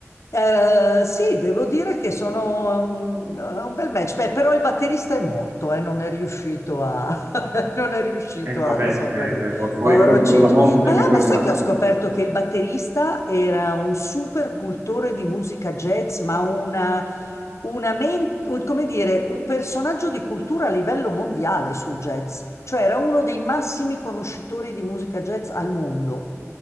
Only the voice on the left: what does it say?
Eh, sì, devo dire che sono un, è un bel match. Beh, però il batterista è morto, eh, non è riuscito a, <laughs> non è riuscito
a, a sopravvivere.
Povero
Ciccio.
Ma,
ma
sai che ho scoperto che il batterista era un super cultore di musica jazz, ma una, una men- un- come dire, un personaggio di cultura a livello mondiale sul jazz. Cioè era uno dei massimi conoscitori di musica jazz al mondo.